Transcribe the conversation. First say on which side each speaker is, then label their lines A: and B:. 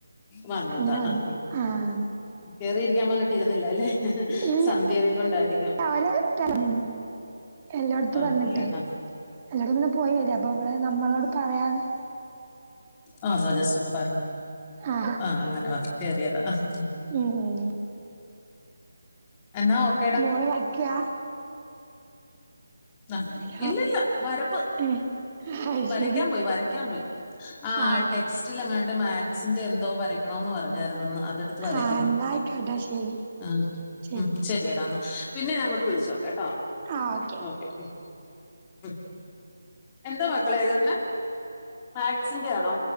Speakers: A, on the left; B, on the right.
A: വന്നതാ
B: അങ്ങനെ വന്നു
A: ആഹ്
B: ആഹ്.
A: കേറിയിരിക്കാൻ പറഞ്ഞിട്ട് ഇരുന്നില്ല അല്ലെ.
B: ഇല്ല
A: സന്ധ്യ ആയതു കൊണ്ടായിരിക്കും.
B: അവര് ഉം. എല്ലായിടത്തും
A: ആഹ്
B: വന്നിട്ടേ
A: അതല്ലേ ആഹ്
B: എല്ലാടത്തും പോയി വര്യാ അപ്പൊ ഇവിടെ നമ്മളോട് പറയാതെ.
A: ആഹ് അതൊന്ന് ജസ്റ്റ് ഒന്ന് പറഞ്ഞാ
B: ആ
A: ആഹ് അങ്ങനെ വന്ന് കേറിയതാ ആഹ്.
B: ഉം.
A: എന്നാ ഓക്കെ.
B: മോള് പഠിക്യാ.
A: ആഹ്
B: ഹലോ
A: ഇല്ലലില്ല വരപ്പ്.
B: ഏ അത്
A: വരയ്ക്കാൻ
B: ശരി
A: പോയി, വരയ്ക്കാൻ പോയി ആഹ്
B: ആ
A: ടെക്സ്റ്റി ലെങ്ങാട്ട് മാക്സിന്റെ എന്തോ വരയ്ക്കണോന്ന് പറഞ്ഞായിരുന്നുന്ന് അത് എടു ത്ത് വരക്കുന്നു
B: ആ എന്നായിക്കോട്ടെ ശരി
A: ആഹ്.
B: ശരി
A: ഉം ശരിയെടാ എന്നാ പിന്നെ ഞാൻ അങ്ങോട്ട് വിളിച്ച് നോക്കാം കേട്ടോ.
B: ആഹ്.
A: ഓക്കെ ഉം. ഉം എന്താ മക്കളെയെഴുതുന്നേ മാക്സിന്റെ ആണോ?